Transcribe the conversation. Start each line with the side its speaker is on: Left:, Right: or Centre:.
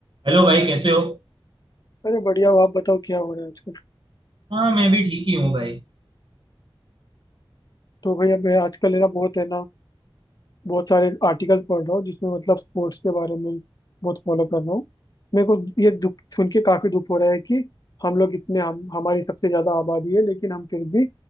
Right: Hello भाई कैसे हो
Left: अरे बढ़िया हो आप बताओ क्या हो रहा है आजकल
Right: हाँ मैं भी ठीक ही हूँ भाई
Left: तो भाई अब मैं आजकल है ना बहुत है ना बहुत सारे आर्टिकल्स पढ़ रहा हूँ जिसमें मतलब स्पोर्ट्स के बारे में बहुत फॉलो कर रहा हूँ मेरे को ये दुख सुन के काफी दुख हो रहा है कि हम लोग इतने हम हमारी सबसे ज्यादा आबादी है लेकिन हम फिर भी